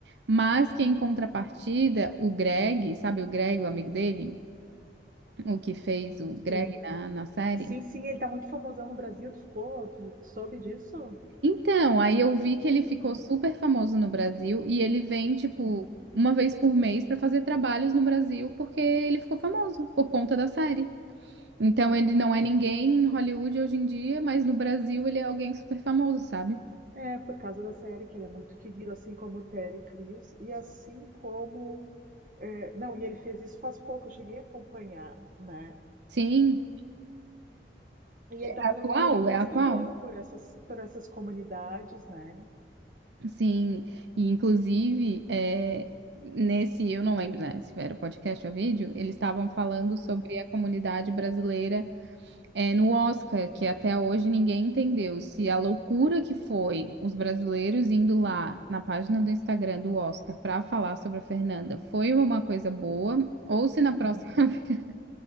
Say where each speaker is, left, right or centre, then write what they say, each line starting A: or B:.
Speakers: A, on the right (about 80°); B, on the right (about 45°).
A: Mas que em contrapartida, o Greg, sabe o Greg, o amigo dele, o que fez o Greg
B: Sim.
A: na, na série?
B: Sim, sim, ele tá muito famosão no Brasil, tu ficou, tu, tu soube disso?
A: Então, aí eu vi que ele ficou
B: Hum.
A: super famoso no Brasil e ele vem, tipo,
B: Aham.
A: uma vez por mês pra fazer trabalhos no Brasil porque ele ficou famoso por conta da série. Então ele não é ninguém em Hollywood hoje em dia, mas no Brasil ele é alguém super famoso, sabe?
B: É, por causa da série, que ele é muito querido, assim como o Terry Crews, e assim como... é, não, e ele fez isso faz pouco, eu cheguei a acompanhar, né?
A: Sim,
B: E ele tá
A: atual,
B: fazendo um dinheirinho pelo
A: é atual.
B: Instagram, por essas, por essas comunidades, né?
A: Sim, e inclusive é, nesse, eu não lembro, né, se era podcast ou vídeo, eles estavam falando sobre
B: Hum.
A: a comunidade brasileira é, no Oscar, que até hoje ninguém entendeu se a loucura que foi os brasileiros indo lá na página do Instagram do Oscar para falar sobre a Fernanda foi uma coisa boa, ou se na próxima
B: Aham.
A: <laughs>